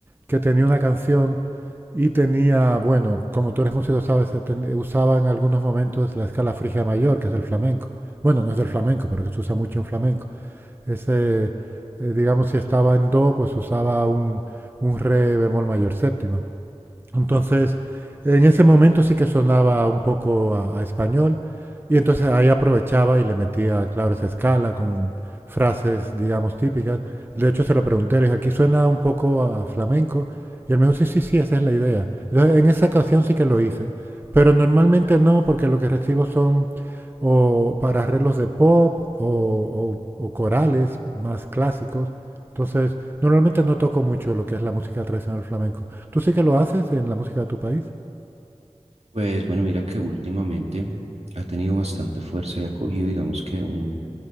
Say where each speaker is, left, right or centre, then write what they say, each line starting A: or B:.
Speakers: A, on the right (about 20°); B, on the right (about 65°).
A: que tenía una canción y tenía, bueno, como tú eres músico, sabes, se usaba en algunos momentos la escala frigia mayor, que es el flamenco. Bueno, no es del flamenco, porque se usa mucho en flamenco. Ese, eh, digamos, si estaba en do, pues usaba un, un re bemol mayor séptima. Entonces, en ese momento sí que sonaba un poco a, a español y entonces ahí aprovechaba y le metía, claro, esa escala con frases, digamos, típicas. De hecho, se lo pregunté, le dije, aquí suena un poco a flamenco. Y él me dijo, sí, sí, sí, esa es la idea. Entonces, en esa ocasión sí que lo hice, pero normalmente no, porque lo que recibo son o para arreglos de pop o, o- o corales más clásicos. Entonces, normalmente no toco mucho lo que es la música tradicional flamenco. ¿Tú sí que lo haces en la música de tu país?
B: Pues bueno, mira que últimamente ha tenido bastante fuerza y ha cogido, digamos que un,